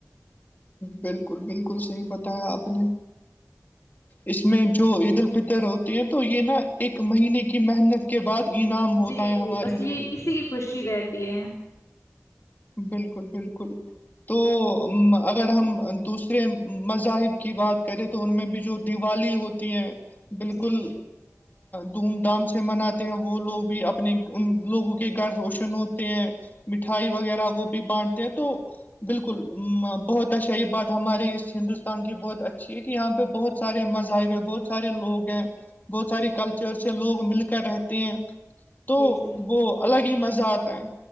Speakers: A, on the left; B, on the left.
A: بالکل بالکل صحیح بتایا آپ نے اس میں جو عید الفطر ہوتی ہے تو یہ نا ایک مہینے کی محنت کے بعد انعام ہوتا
B: جی
A: ہے ہمارے
B: بس یہ
A: لیے
B: اسی کی خوشی دیتی ہے
A: بالکل بالکل تو اگر ہم دوسرے مذاہب کی بات کریں تو ان میں بھی جو دیوالی ہوتی ہے بالکل
B: جی
A: دھوم دھام سے مناتے ہیں وہ لوگ بھی اپنے ان لوگوں کے گھر روشن ہوتے ہیں مٹھائی وغیرہ وہ بھی بانٹتے ہیں تو بالکل ا بہت اچھا یہ بات ہماراری اس ہندوستان کی بہت اچھی ہے کہ یہاں پہ بہت سے مذاہب ہے بہت سارے لوگ ہیں بہت
B: جی
A: سارے
B: جی
A: کلچر سے لوگ مل کر رہتے ہیں تو
B: جی جی
A: وہ الگ ہی مزہ آتا ہیں